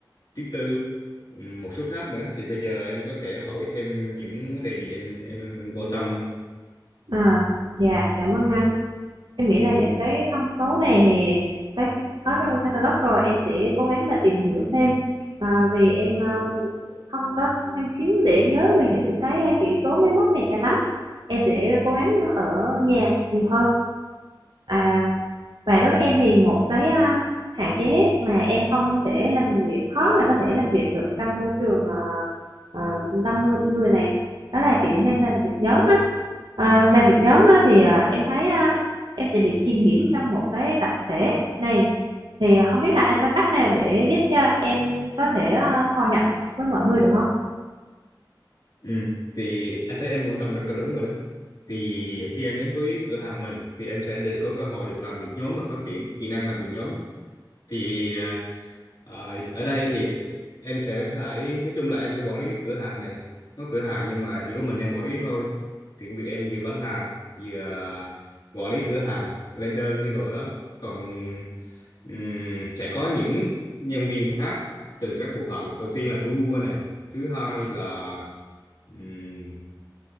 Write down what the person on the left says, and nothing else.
thứ tư ừm, một số khác nữa thì bây giờ em có thể hỏi thêm những vấn đề gì em em, em quan tâm không
ừ. thì anh thấy em quan tâm rất là đúng rồi đấy thì khi em đến với cửa hàng mình thì em sẽ được có cơ hội được làm việc nhóm và phát triển kỹ năng làm việc nhóm thì à, à, ở đây thì em sẽ phải nói chung là em sẽ quản lý cái cửa hàng này có cửa hàng nhưng mà chỉ có mình em quản lý thôi thì công việc em vừa bán hàng vừa à, quản lý cửa hàng lên đơn lên đồ đó còn ừm, sẽ có những nhân viên khác từ các bộ phận đầu tiên là thu mua này thứ hai là ừm,